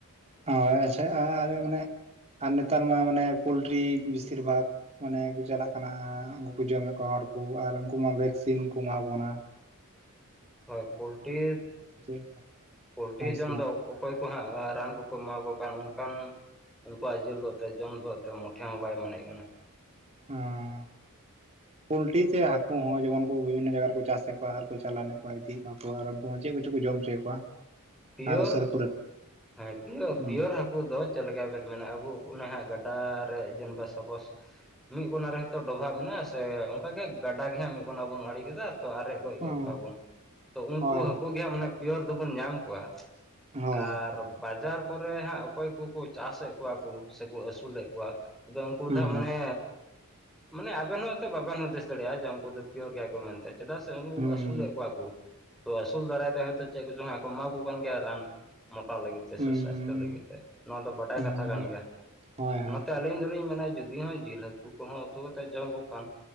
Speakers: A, on the right; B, in the centre.
A: ᱦᱳᱭ ᱟᱪᱪᱷᱟ ᱟᱨ ᱢᱟᱱᱮ ᱟᱨ ᱱᱮᱛᱟᱨ ᱢᱟ ᱢᱟᱱᱮ ᱯᱳᱞᱴᱨᱤ ᱵᱮᱥᱤᱨ ᱵᱷᱟᱜ ᱾ ᱢᱟᱱᱮ ᱠᱚ ᱪᱟᱞᱟᱜ ᱠᱟᱱᱟ ᱩᱱᱠᱩ ᱠᱚ ᱡᱚᱢᱮᱫ ᱠᱚᱣᱟ ᱦᱚᱲᱠᱩ ᱟᱨ ᱩᱱᱠᱩᱢᱟ ᱵᱷᱮᱠᱥᱤᱱ ᱠᱚ ᱮᱢᱟ ᱠᱚ ᱠᱟᱱᱟ ᱾ <inaudible>
B: ᱦᱳᱭ ᱯᱳᱞᱴᱤ
A: ᱞᱮᱠᱟ
B: ᱯᱳᱞᱴᱤ
A: ᱦᱳᱭ
B: ᱡᱚᱢ
A: ᱥᱮ ᱵᱟᱝ
B: ᱫᱚ ᱚᱠᱚᱭ ᱠᱚ ᱦᱟᱸᱜ ᱨᱟᱱ ᱠᱚᱠᱚ ᱮᱢᱟ ᱠᱚ ᱠᱟᱱ ᱚᱱᱠᱟᱱ ᱩᱱᱠᱩᱣᱟᱜ ᱡᱤᱞ ᱫᱚ ᱛᱮ ᱡᱚᱢ ᱫᱚ ᱛᱮ ᱢᱚᱴᱷᱮ ᱦᱚᱸ ᱵᱟᱭ ᱢᱚᱱᱮᱜ ᱠᱟᱱᱟ ᱾
A: ᱦᱚᱸ ᱯᱚᱞᱴᱤ ᱥᱮ ᱦᱟᱹᱠᱩ ᱦᱚᱸ ᱡᱮᱢᱚᱱ ᱠᱚ ᱵᱤᱵᱷᱤᱱᱚ ᱡᱟᱭᱜᱟ ᱨᱮᱠᱚ ᱪᱟᱥᱮᱫ ᱠᱚᱣᱟ ᱟᱨ ᱪᱟᱞᱟᱱ ᱮᱫ ᱠᱚᱣᱟ ᱤᱫᱤ ᱠᱚᱣᱟ ᱠᱚ ᱟᱨ ᱪᱮᱫ ᱠᱚᱪᱚ ᱠᱚ ᱡᱚᱢ ᱦᱚᱪᱚᱭᱮᱫ ᱠᱚᱣᱟ ᱠᱚ ᱾
B: ᱯᱤᱭᱳᱨ
A: ᱟᱨ ᱩᱥᱟᱹᱨᱟ
B: ᱦᱮᱸ ᱯᱤᱭᱳᱨ
A: ᱦᱩᱸ
B: ᱯᱤᱭᱚᱨ ᱦᱟ ᱦᱟᱹᱠᱩ ᱫᱚ ᱪᱮᱫ ᱞᱮᱠᱟᱵᱮᱱ ᱢᱮᱱᱟ ᱟᱵᱚ ᱚᱱᱟ ᱦᱟᱸᱜ ᱜᱟᱰᱟ ᱨᱮ ᱡᱟᱦᱟᱸ ᱥᱟᱯᱚᱥ ᱢᱤᱫ ᱠᱚᱱᱟ ᱨᱮᱛᱚ ᱰᱚᱵᱷᱟᱜ ᱢᱮᱱᱟᱜᱼᱟ ᱥᱮ ᱚᱱᱠᱟ ᱜᱮ ᱜᱟᱰᱟ ᱜᱮ ᱦᱟᱸᱜ ᱢᱤᱫ ᱠᱚᱱᱟ ᱵᱚᱱ ᱟᱲᱮ ᱠᱮᱫᱟ ᱛᱚ ᱟᱨᱮᱡ ᱜᱚᱡ
A: ᱦᱩᱸ
B: ᱠᱮᱫ ᱠᱚᱣᱟ ᱵᱚᱱ ᱛᱚ ᱩᱱᱠᱩ
A: ᱦᱳᱭ ᱦᱳᱭ
B: ᱦᱟᱹᱠᱩ ᱜᱮ ᱦᱟᱸᱜ ᱢᱟᱱᱮ ᱯᱤᱭᱳᱨ ᱫᱚᱵᱚᱱ ᱧᱟᱢ ᱠᱚᱣᱟ ᱾
A: ᱦᱳᱭ
B: ᱟᱨ ᱵᱟᱡᱟᱨ ᱠᱚᱨᱮ ᱦᱟᱸᱜ ᱚᱠᱚᱭ ᱠᱚᱠᱚ ᱪᱟᱥᱮᱫ ᱠᱚᱣᱟ ᱠᱚ ᱥᱮᱠᱚ ᱟᱹᱥᱩᱞᱮᱫ ᱠᱚᱣᱟ ᱛᱚᱵᱮ ᱩᱱᱠᱩ
A: ᱦᱩᱸ
B: ᱫᱚ ᱦᱟᱸᱜ ᱢᱟᱱᱮ ᱢᱟᱱᱮ ᱟᱵᱮᱱ ᱦᱚᱸ ᱦᱳᱭᱛᱚ ᱵᱟᱵᱮᱱ ᱦᱩᱫᱮᱥ ᱫᱟᱲᱮᱭᱟᱜᱼᱟ ᱡᱟᱦᱟᱸ ᱩᱱᱠᱩ ᱫᱚ ᱯᱤᱭᱚᱨ ᱜᱮᱭᱟ ᱠᱚ ᱢᱮᱱᱛᱮ ᱾ ᱪᱮᱫᱟᱜ ᱥᱮ ᱩᱱᱠᱩ
A: ᱦᱩᱸ
B: ᱟᱹᱥᱩᱞᱮᱫ ᱠᱚᱣᱟ ᱠᱚ ᱛᱚ ᱟᱹᱥᱩᱞ ᱫᱟᱨᱟᱭ ᱛᱮ ᱦᱚᱭᱛᱳ ᱪᱮᱫ ᱠᱚᱝ ᱦᱟᱸᱜ ᱠᱚ ᱮᱢᱟ ᱠᱚ ᱠᱟᱱ ᱜᱮᱭᱟ ᱨᱟᱱ ᱾ ᱢᱚᱴᱟᱜ ᱞᱟᱹᱜᱤᱫ ᱛᱮ
A: ᱦᱩᱸ
B: ᱥᱮ ᱥᱟᱥᱛᱷᱚ ᱞᱟᱹᱜᱤᱫ ᱛᱮ ᱱᱚᱣᱟ ᱫᱚ ᱵᱟᱰᱟᱭ
A: ᱦᱩᱸ
B: ᱠᱟᱛᱷᱟ ᱠᱟᱱ ᱜᱮᱭᱟ ᱾
A: ᱦᱳᱭ
B: ᱚᱱᱟᱛᱮ
A: ᱦᱳᱭ
B: ᱟᱹᱞᱤᱧ ᱫᱚᱞᱤᱧ ᱢᱮᱱᱟ ᱡᱩ ᱫᱩ ᱦᱚᱸ ᱡᱤᱞ ᱦᱟᱹᱠᱩ ᱠᱚᱦᱚᱸ ᱩᱛᱩ ᱠᱟᱛᱮᱫ ᱡᱚᱢ ᱠᱚ ᱠᱷᱟᱱ